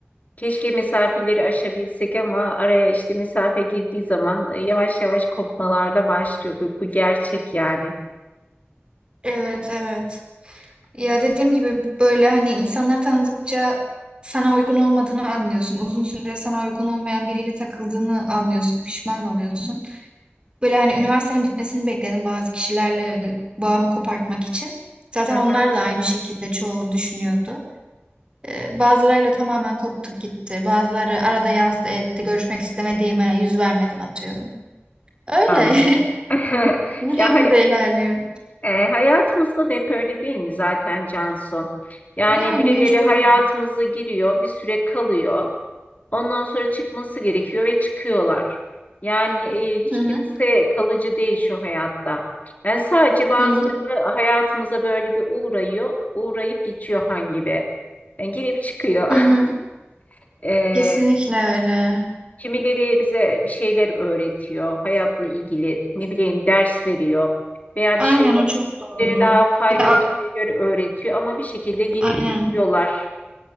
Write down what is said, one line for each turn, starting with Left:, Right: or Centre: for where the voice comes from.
Left: keşke mesafeleri aşabilsek ama araya işte mesafe girdiği zaman e, yavaş yavaş kopmalarda başlıyor. Bu, bu gerçek yani.
Right: Evet evet. Ya dediğim gibi böyle hani insanları tanıdıkça sana uygun olmadığını anlıyorsun. Uzun süre sana uygun olmayan biriyle takıldığını anlıyorsun. Pişman oluyorsun. Böyle hani üniversitenin bitmesini bekledim bazı kişilerle bağımı kopartmak için. Zaten
Left: Hı
Right: onlar
Left: hı,
Right: da aynı şekilde çoğu düşünüyordu. E, Bazılarıyla tamamen koptuk gitti. Bazıları arada yazdı etti. Görüşmek istemediğime yüz vermedim atıyorum. Öyle.
Left: Anlıyorum.
Right: <laughs>
Left: <laughs>
Right: Bu şekilde
Left: Ya hayır
Right: ilerliyor.
Left: E, hayatımızda da hep öyle değil mi zaten Cansu? Yani
Right: Yani
Left: birileri
Right: mecburen.
Left: hayatımıza giriyor, bir süre kalıyor. Ondan sonra çıkması gerekiyor ve çıkıyorlar. Yani e, hiç
Right: Hı hı.
Left: kimse kalıcı değil şu hayatta. Yani sadece bazıları
Right: Hı hı.
Left: hayatımıza böyle bir uğrayıyor, uğrayıp geçiyor hangi gibi. Yani girip çıkıyor.
Right: Hı hı.
Left: <laughs> E,
Right: Kesinlikle öyle.
Left: kimileri bize bir şeyler öğretiyor, hayatla ilgili ne bileyim ders veriyor veya
Right: Aynen
Left: bir şey
Right: o çok doğru.
Left: biri daha faydalı
Right: Bir de a-
Left: şeyler öğretiyor ama bir şekilde gelip
Right: aynen.
Left: diyorlar.